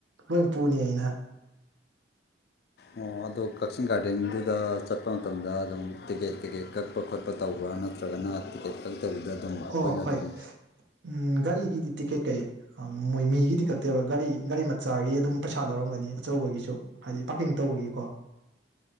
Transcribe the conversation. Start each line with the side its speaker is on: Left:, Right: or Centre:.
Right: ꯂꯣꯏꯟ ꯄꯨꯅꯤ ꯑꯩꯅ
Left: ꯑꯣ ꯑꯗꯣ ꯀꯛꯆꯤꯡ ꯒꯥꯔꯗꯦꯟꯗꯨꯗ ꯆꯠꯄ ꯃꯇꯝꯗ ꯑꯗꯨꯝ ꯇꯤꯛꯀꯦꯠ ꯀꯩ-ꯀꯩ ꯀꯛꯄ ꯈꯣꯠꯄ ꯇꯧꯕ꯭ꯔꯥ ꯅꯠꯇ꯭ꯔꯒꯅ ꯇꯤꯛꯀꯦꯠ ꯀꯛ ꯅꯠꯇꯕꯤꯗ ꯑꯗꯨꯝ ꯑꯈꯣꯏꯅ
Right: ꯑꯣ ꯍꯣꯏ
Left: ꯑꯗꯨꯝ
Right: ꯎꯝ ꯒꯥꯔꯤꯒꯤꯗꯤ ꯇꯤꯛꯀꯦꯠ ꯀꯛꯏ ꯃꯣꯏ ꯃꯤꯒꯤꯗꯤ ꯀꯛꯇꯦꯕ ꯒꯥꯔꯤ ꯒꯥꯔꯤ ꯃꯆꯥꯒꯤ ꯑꯗꯨꯝ ꯄꯩꯁꯥ ꯂꯧꯔꯝꯒꯅꯤ ꯑꯆꯧꯕꯒꯤꯁꯨ ꯍꯥꯏꯗꯤ ꯄꯥꯔꯀꯤꯡ ꯇꯧꯕꯒꯤꯀꯣ